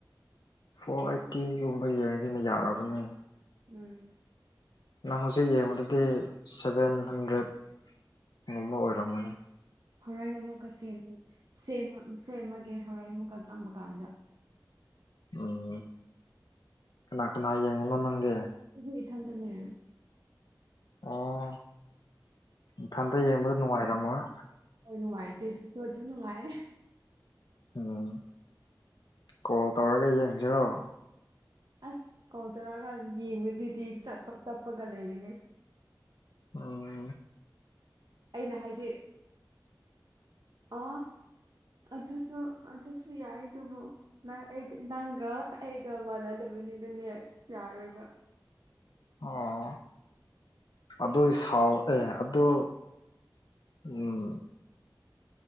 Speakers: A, on the left (about 75°); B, on the right (about 65°).
A: ꯐꯣꯔ ꯑꯩꯠꯇꯤꯒꯨꯝꯕ ꯌꯦꯡꯒꯦꯅ ꯌꯥꯔꯕꯅꯦ
B: ꯎꯝ
A: ꯅꯪ ꯍꯧꯖꯤꯛ ꯌꯦꯡꯕꯗꯗꯤ ꯁꯚꯦꯟ ꯍꯟꯗ꯭ꯔꯦꯠꯒꯨꯝꯕ ꯑꯣꯏꯔꯝꯒꯅꯤ
B: ꯍꯣꯔꯦꯟ ꯑꯃꯨꯛꯀ ꯁꯦꯝ ꯁꯦꯝ ꯁꯦꯝꯃꯒꯦ ꯍꯣꯔꯦꯟ ꯑꯃꯨꯛꯀ ꯆꯪꯕ ꯀꯥꯟꯗ
A: ꯎꯝ ꯀꯅꯥ ꯀꯅꯥ ꯌꯦꯡꯉꯤꯅꯣ ꯅꯪꯗꯤ
B: ꯑꯩ ꯏꯊꯟꯗꯅꯦ
A: ꯑꯣ ꯏꯊꯟꯗ ꯌꯦꯡꯕꯗꯨ ꯅꯨꯡꯉꯥꯏꯔꯝꯃꯣꯏ
B: ꯍꯣꯏ ꯅꯨꯡꯉꯥꯏꯇꯦ ꯑꯗꯨꯁꯨ ꯑꯗꯨꯝ ꯅꯨꯡꯉꯥꯏ
A: ꯎꯝ ꯀꯣꯜ ꯇꯧꯔꯒ ꯌꯦꯡꯁꯤꯔꯣ
B: ꯑꯁ ꯀꯣꯜ ꯇꯧꯔꯒ ꯌꯦꯡꯕꯗꯨꯗꯤ ꯆꯞꯄ ꯇꯞꯄꯒ ꯂꯩꯒꯅꯤ
A: ꯑꯝ
B: ꯑꯩꯅ ꯍꯥꯏꯗꯤ ꯑꯣ ꯑꯗꯨꯁꯨ ꯑꯗꯨꯁꯨ ꯌꯥꯏꯗꯨꯕꯨ ꯅꯪ ꯑꯩꯒ ꯅꯪꯒ ꯑꯩꯒ ꯃꯥꯟꯅꯗꯕꯅꯤꯗꯅꯦ ꯌꯥꯔꯣꯏꯕ
A: ꯑꯣ ꯑꯗꯣ ꯑꯩ ꯁꯥꯎ ꯑꯦ ꯑꯗꯣ ꯎꯝ